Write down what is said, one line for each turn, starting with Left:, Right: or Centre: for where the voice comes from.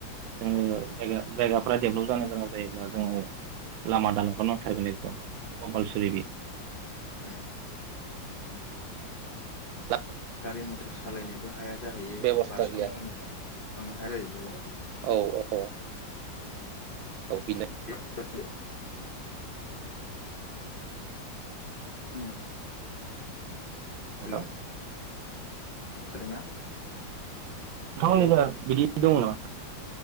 Right: जोंनिनो
Left: औ
Right: जायगा जायगा फोरा डेभलप जानो गोनां जायोब्ला जोङो लामा
Left: उम
Right: दालांखौ नांथारगोन कम-कमपालसारिलि
Left: उम उम।
Right: दा
Left: गारि मथर सालायनोबो हाया जाहैयो
Right: बेब'स्था
Left: बारस'ना
Right: गैया
Left: होयोबा ना मा जाहैयो। औ
Right: औ औ। औ बिनो
Left: <unintelligible> उम।
Right: नोंथां
Left: हेलौ खोनादोंना?
Right: आंनिबा
Left: हेलौ
Right: बिदि दङ ना।